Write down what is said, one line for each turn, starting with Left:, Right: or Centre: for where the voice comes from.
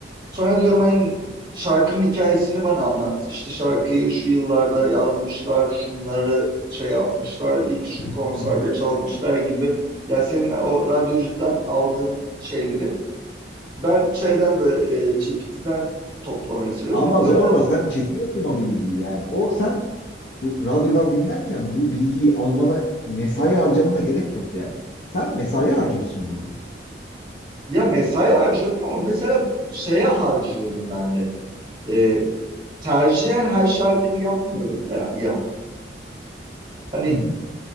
Right: Sonra diyorum hani şarkının hikayesini bana anlat. İşte şarkıyı şu yıllarda yazmışlar, şunları şey yapmışlar, ilk şu
Left: Hı
Right: konserde
Left: hı. Hı hı.
Right: çalmışlar gibi. Ya senin o radyocudan aldığın şeyleri ben şeyden böyle e, GPT'den toplamayı seviyorum.
Left: Ama
Right: Böyle
Left: zorla
Right: bu
Left: sen çekiyorsun o bilgiyi yani. O sen bu radyodan dinlerken bu bilgiyi almana, mesai harcamana gerek yok yani. Sen mesai harcıyorsun burada.
Right: Ya mesai harcıyorum ama mesela şeye harcıyorum ben de. Ee, tercihen her şarkıyı yapmıyorum da ya. Hani
Left: Hı hı.